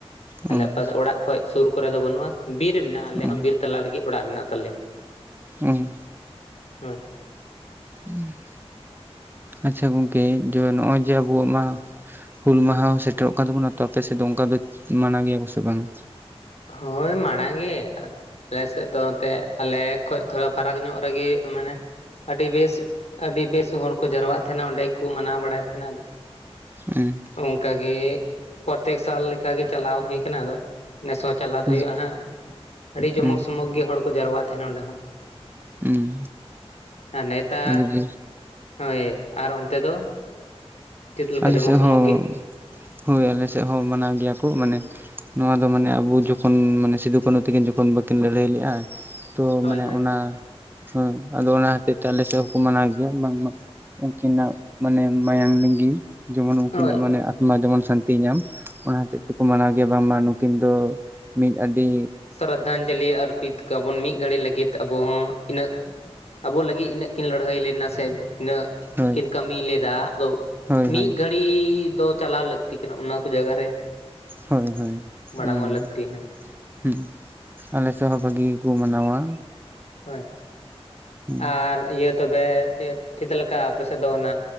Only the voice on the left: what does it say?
ᱟᱸᱞᱮ
ᱚᱠᱟ ᱚᱲᱟᱜ ᱠᱷᱚᱡ ᱥᱩᱨ ᱠᱚᱨᱮ ᱫᱚ ᱵᱟᱹᱱᱩᱜ-ᱟ᱾ ᱵᱤᱨ ᱢᱮᱱᱟᱜᱼᱟ ᱟᱞᱮ
ᱦᱚᱸ ᱵᱤᱨ ᱛᱟᱞᱟ ᱞᱟᱹᱜᱤᱫ ᱚᱲᱟᱜ ᱢᱮᱱᱟᱜ ᱛᱟᱞᱮ᱾
ᱟᱪᱪᱟ
ᱦᱳᱭ ᱢᱟᱲᱟᱝ ᱜᱮ, ᱟᱞᱮ ᱥᱮᱫ ᱫᱚ ᱮᱱᱛᱮᱜ ᱟᱸᱞᱮ ᱠᱷᱚᱡ ᱛᱷᱚᱲᱟ ᱯᱷᱟᱨᱟᱠ ᱧᱚᱜ ᱨᱮᱜᱮ ᱢᱟᱸᱱᱮᱼᱼ ᱟᱹᱰᱤ ᱵᱮᱥ-ᱟᱹᱰᱤ ᱵᱮᱥ ᱦᱚᱲᱹ ᱠᱚ ᱡᱟᱣᱨᱟᱜ ᱛᱟᱦᱮᱸᱱᱟ ᱚᱸᱰᱮ ᱜᱮᱸᱠᱚ ᱢᱟᱱᱟᱣ ᱵᱟᱲᱟᱭ ᱛᱟᱦᱮᱸᱱᱟ ᱟᱫᱚ᱾
ᱚᱱᱠᱟᱹᱞ ᱜᱮ ᱯᱨᱚᱛᱮᱠ ᱥᱟᱞ ᱞᱮᱠᱟᱜ ᱜᱮ ᱪᱟᱞᱟᱹᱣ ᱦᱩᱭᱩ ᱟᱼᱠᱟᱱᱟ ᱟᱫᱚ᱾ ᱱᱮᱥ ᱦᱚᱸ ᱪᱟᱞᱟᱹᱣ
ᱫᱚ ᱦᱩᱭᱩᱜᱼᱟ ᱦᱟᱸᱜ᱾ ᱟᱹᱰᱤ ᱡᱚᱢᱚᱠ
ᱥᱚᱢᱚᱠ ᱜᱮ ᱦᱚᱲ ᱠᱚ ᱡᱟᱨᱣᱟᱜ ᱛᱟᱹᱦᱮᱱᱟ ᱚᱸᱰᱮ ᱦᱚᱸ ᱾
ᱟᱨ ᱱᱮᱛᱟᱨ
ᱦᱳᱭ ᱟᱨ ᱚᱱᱛᱮ ᱫᱚ᱾ ᱪᱮᱫ ᱞᱮᱠᱟ
ᱡᱚᱢᱚᱠ
ᱥᱚᱢᱚᱠ
ᱜᱮ
ᱦᱳᱭ
ᱦᱳᱭ
ᱦᱳᱭ
ᱥᱨᱚᱫᱷᱟᱧᱸᱡᱚᱞᱤ ᱟᱨᱯᱤᱛ ᱠᱟᱵᱚᱱ ᱢᱤᱫ ᱜᱷᱟᱹᱲᱤᱡ ᱞᱟᱹᱜᱤᱫ᱾ ᱟᱸᱵᱚ ᱦᱚᱸ ᱤᱱᱟᱹᱜ ᱟᱸᱵᱚ ᱞᱟᱹᱜᱤᱫ ᱤᱱᱟᱹᱜ ᱠᱤᱱ ᱞᱟᱹᱲᱦᱟᱹᱭ ᱞᱮᱱᱟ ᱥᱮᱼᱼ ᱤᱱᱟᱹᱜ
ᱠᱤᱱ ᱠᱟᱹᱢᱤ ᱞᱮᱸᱫᱟ ᱟᱫᱚ
ᱢᱤᱫ
ᱜᱷᱟᱹᱲᱤ ᱫᱚ ᱪᱟᱞᱣ ᱞᱟᱹᱠᱛᱤᱼᱼ ᱞᱟᱹᱛᱤ ᱠᱟᱱᱟ ᱚᱱᱟ ᱠᱚ ᱡᱟᱭᱜᱟ ᱨᱮ᱾
ᱢᱟᱲᱟᱝᱚᱜ
ᱞᱟᱹᱠᱛᱤ ᱦᱮᱸ
ᱦᱳᱭ
ᱟᱨ ᱤᱭᱟᱹ ᱛᱚᱵᱮ ᱪᱮᱫ ᱞᱮᱠᱟ ᱟᱯᱮᱥᱮᱫ ᱫᱚ ᱚᱱᱟ᱾